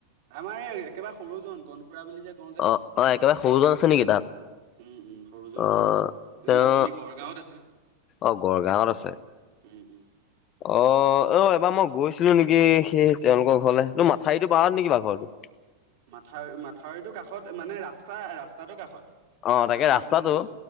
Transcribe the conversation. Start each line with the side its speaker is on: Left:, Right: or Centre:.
Right: আমাৰ এই একেবাৰে সৰুজন কনখুৰা বুলি যে কওঁ যে।
Left: অ অ একেবাৰে সৰুজন আছে নেকি তাত
Right: উম, উম, সৰুজন
Left: অ
Right: আছে
Left: তেওঁ
Right: এই মাজুলী গড়গাঁৱত আছে।
Left: অ', গড়গাঁৱত আছে।
Right: উম, উম।
Left: অ', অ', এবাৰ মই গৈছিলো নেকি সেই তেওঁলোকৰ ঘৰলে তোৰ মাথাউৰিটো পাৰত নেকি বাৰ ঘৰটো?
Right: মাথাউ মাথাউৰিটো কাষত মানে ৰাস্তা ৰাস্তাটোৰ কাষত।
Left: অ'
Right: ৰাস্তাটোৰ
Left: তাকে
Right: পৰা
Left: ৰাস্তাটো,
Right: অকণমান গৈ